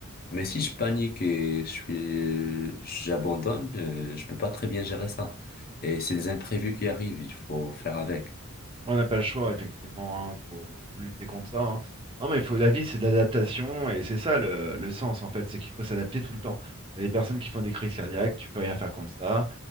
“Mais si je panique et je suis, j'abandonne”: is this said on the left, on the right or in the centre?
Left